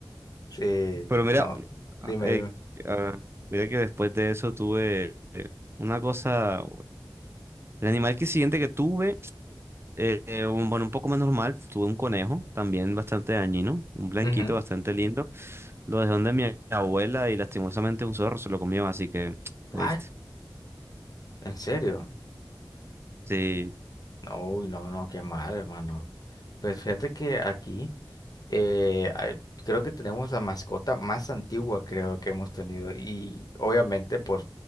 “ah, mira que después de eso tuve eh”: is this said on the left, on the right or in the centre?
Right